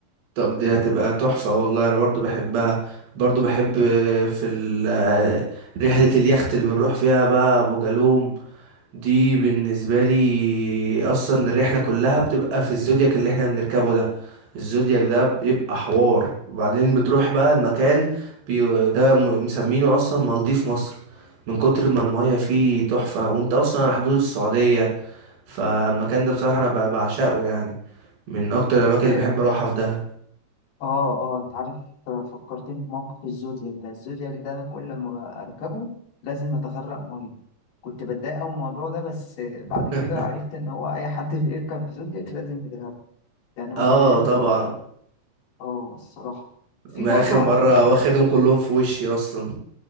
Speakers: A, on the right (about 85°); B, on the left (about 65°).
A: طب دي هتبقى تحفة والله أنا برضو بحبها برضو بحب في ال- رحلة اليخت اللي بنروح فيها بقى أبو جالوم دي بالنسبة لي أصلا الرحلة كلها بتبقى في الزودياك اللي احنا بنركبه ده الزودياك ده بيبقى حوار وبعدين بتروح بقى المكان بي... ده م- مسمينه أصلا مالديف مصر من كتر ما المية فيه تحفة وانت أصلا على حدود السعودية فالمكان ده بصراحة أنا ب- بعشقه يعني من أكتر الأماكن
B: آه،
A: اللي بحب أروحها في دهب
B: اه اه انت عارف آه، فكرتني بموقف الزودياك ده الزودياك ده انا كل ما اركبه لازم اتغرق ميه كنت بتضايق قوي من الموضوع ده بس آه، بعد
A: <laughs>
B: كده عرفت ان هو اي حد <laughs> بيركب زودياك لازم يتغرق يعني هو
A: اه
B: كان حلو
A: طبعا
B: قوي قوي اه الصراحه وفي
A: انا
B: برضه
A: اخر مره
B: على فكره حاجه
A: واخدهم كلهم في وشي اصلا